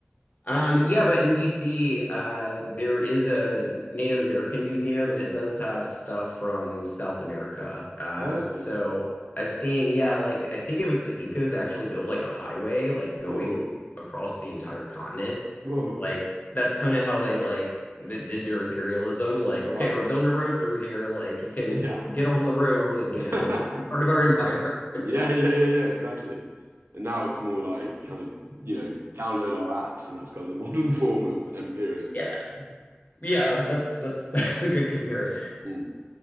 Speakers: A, on the left; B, on the right.
A: Um, yeah, but in DC, uh, there is a Native American museum, and it does have stuff from South America. Uh,
B: Okay,
A: so
B: cool.
A: I've seen, yeah, like I think it was the Incas actually built like a highway, like going
B: Whoa,
A: across the entire continent.
B: whoa.
A: Like that's kind of how they like that did their imperialism. Like, okay,
B: Right.
A: we're building a road through here. Like you can
B: Yeah.
A: get on the road and you
B: <laughs>
A: know be part of our empire. <laughs>
B: Yeah, yeah, yeah, yeah, exactly. And now it's more like kind of, you know, download our apps, and that's kind of the <laughs> modern form of imperialism.
A: Yeah,
B: I-
A: yeah, that's that's <laughs> that's a good comparison.
B: Mm,